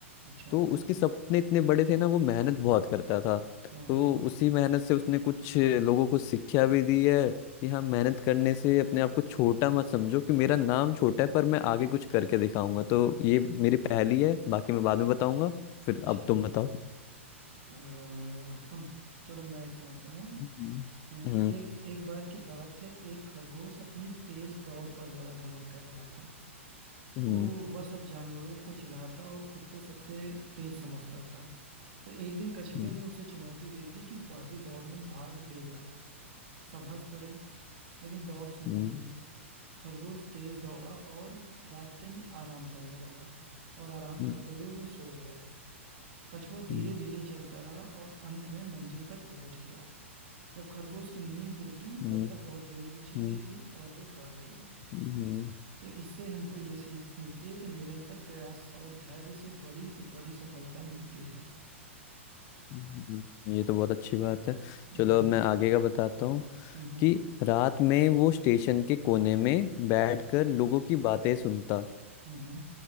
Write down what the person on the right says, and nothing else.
अच्छा
हाँ
हाँ।
अच्छा
अ, हम चलो मैं एक सुनाता हूँ
हम्म,
एक एक बार की बात है एक खरगोश अपनी तेज दौड़ पर बड़ा घमंड कर रहा था
तो वह सब जानवरों को चिढ़ाता और खुद को सबसे तेज समझता था तो एक दिन कछुए
ने उसे चुनौती दे दी कि वह भी दौड़ में भाग लेगा सब हंस पड़े लेकिन दौड़ शुरू
हुई खरगोश तेज दौड़ा और रास्ते में आराम करने लगा और आराम
करते हुए वो सो गया कछुआ धीरे
धीरे चलता रहा और अंत में मंजिल तक पहुंच गया जब खरगोश की नींद टूटी
तब तक बहुत देर हो चुकी
थी और वो हार गया
तो इससे हमको ये सीख मिलती है कि निरंतर प्रयास और धैर्य से बड़ी से बड़ी सफलता मिलती है
हम्म
हम्म
हम्म
हम्म